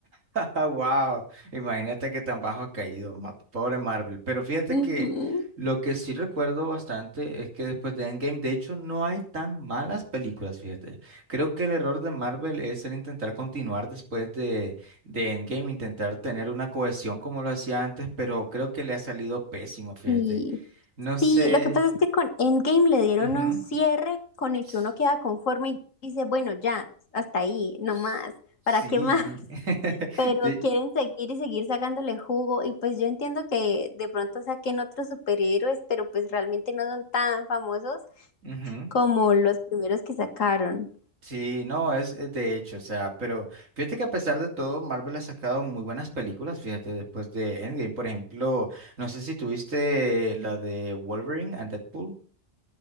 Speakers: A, on the right; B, on the left.
A: <laughs> Ah, wow. Imagínate que tan bajo ha caído, ma- pobre Marvel. Pero fíjate
B: <laughs> Ujú.
A: que lo que sí recuerdo bastante es que después de Endgame, de hecho, no hay tan malas películas, fíjate. Creo que el error de Marvel es el intentar continuar después de, de Endgame, intentar tener una cohesión como lo hacía antes, pero creo que le ha salido pésimo, fíjate.
B: Sí.
A: No sé.
B: Sí, lo que pasa es que con Endgame le dieron
A: Ujú.
B: un cierre con el
A: S-
B: que uno queda conforme y dice, bueno, ya, hasta ahí, no
A: s-
B: más,
A: Sí.
B: ¿para qué más?
A: <laughs>
B: pero
A: De...
B: quieren seguir y seguir sacándole jugo y pues yo entiendo que de pronto saquen otros superhéroes, pero pues realmente no son tan famosos
A: ujú.
B: como los primeros que sacaron.
A: Sí, no, es es de hecho, o sea, pero fíjate que a pesar de todo, Marvel ha sacado muy buenas películas, fíjate, después de Endgame, por ejemplo, no sé si tuviste la de Wolverine and Deadpool,